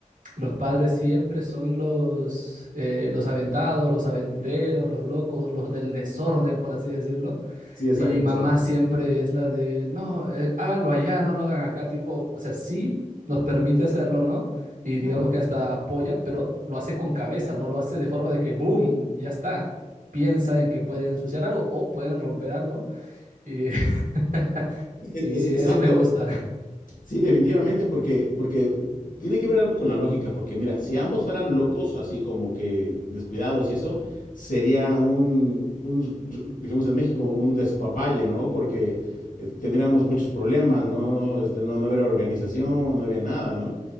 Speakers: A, on the right; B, on the left.
A: los padres siempre son los, eh, los aventados, los aventureros, los locos, los del desorden, por así decirlo.
B: sí, exacto,
A: Y mamá
B: exacto.
A: siempre es la de, no, eh, háganlo allá, no lo hagan acá, tipo, o sea, sí nos permite hacerlo, ¿no? Y
B: Claro.
A: digamos que hasta apoya, pero lo hace con cabeza, no lo hace de forma de que, boom, ya está. Piensa en que pueden ensuciar algo o pueden romper algo. Y <laughs> <laughs>
B: E-
A: Y
B: es- exacto,
A: eso me gusta.
B: Sí, definitivamente, porque, porque tiene que ver algo con la lógica, porque mira, si ambos fueran locos, así como que descuidados y eso, sería un, un digamos en México, un despapalle, ¿no? Porque eh, tendríamos muchos problemas, ¿no? Este, ¿no? No habría organización, no había nada, ¿no?